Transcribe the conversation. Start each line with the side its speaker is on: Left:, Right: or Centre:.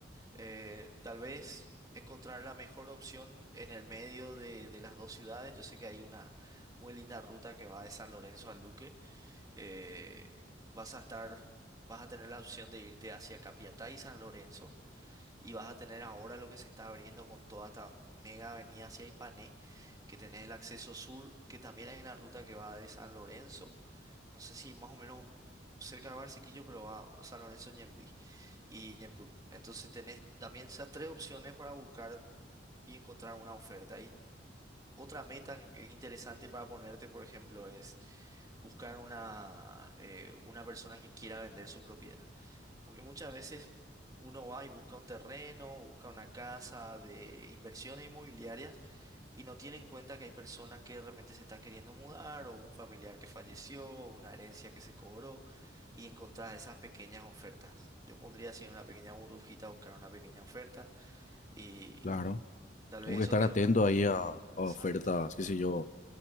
Right: Eh, tal vez encontrar la mejor opción en el medio de, de las dos ciudades. Yo sé que hay una muy linda ruta que va de San Lorenzo a Luque. Eh, vas a estar, vas a tener la opción de irte hacia Capiatá y San Lorenzo. Y vas a tener ahora lo que se está abriendo con toda esta mega avenida hacia Ipané, que tenés el acceso sur, que también hay una ruta que va de San Lorenzo, no sé si más o menos cerca de Barcequillo, pero va a San Lorenzo Ñemby y Ñemby. Entonces tenés también esas tres opciones para buscar y encontrar una oferta. Y otra meta que- interesante para ponerte, por ejemplo, es buscar una, eh, una persona que quiera vender su propiedad. Porque muchas veces uno va y busca un terreno, busca una casa de inversiones inmobiliarias y no tiene en cuenta que hay personas que de repente se están queriendo mudar o un familiar que falleció, o una herencia que se cobró y encontrás esas pequeñas ofertas. Yo pondría así en una pequeña burbujita, buscar una pequeña oferta y
Left: Claro.
Right: tal
Left: Como
Right: vez
Left: que
Right: eso
Left: estar
Right: te
Left: atento
Right: va.
Left: ahí a, a ofertas,
Right: Exacto.
Left: qué sé yo,